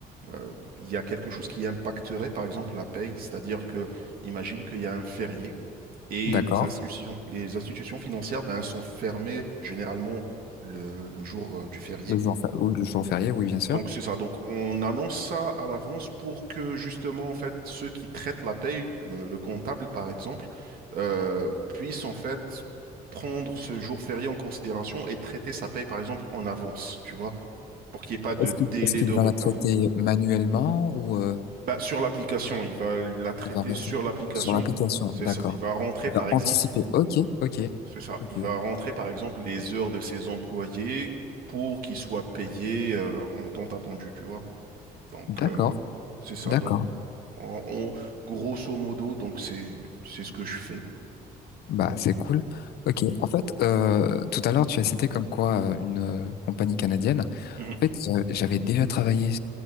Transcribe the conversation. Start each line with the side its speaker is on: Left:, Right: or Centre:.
Right: euh, il y a quelque chose qui impacterait, par exemple, la paye. C'est-à-dire que, imagine qu'il y a un férié et
Left: D'accord.
Right: les institutions, les institutions financières ben, sont fermées généralement le, le jour euh, du férié.
Left: Le jour, fa- ou le jour férié, oui, bien sûr.
Right: Donc c'est ça. Donc on annonce ça à l'avance pour que justement en fait ceux qui traitent la paye, le, le comptable par exemple, euh, puissent en fait prendre ce jour férié en considération et traiter sa paye par exemple en avance, tu vois, pour qu'il n'y ait pas de
Left: Est-ce
Right: délai
Left: qu'il est-ce qu'il
Right: de
Left: va
Right: retard.
Left: la traiter manuellement ou euh,
Right: Bah, sur l'application, il va la traiter
Left: il va rester
Right: sur l'application.
Left: sur l'application?
Right: C'est
Left: D'accord.
Right: ça. Il va rentrer
Left: Il
Right: par
Left: va
Right: exemple
Left: anticiper. Ok, ok,
Right: C'est ça.
Left: ok.
Right: Il va rentrer par exemple les heures de ses employés pour qu'ils soient payés euh, en temps attendu, tu vois. Donc
Left: D'accord,
Right: euh, c'est ça.
Left: d'accord.
Right: Donc en- on- grosso modo, donc c'est c'est ce que je fais.
Left: Bah c'est cool. Ok. En fait, euh, tout à l'heure tu as cité comme quoi euh, une euh, compagnie canadienne. En
Right: Mhm,
Left: fait, euh, j'avais déjà travaillé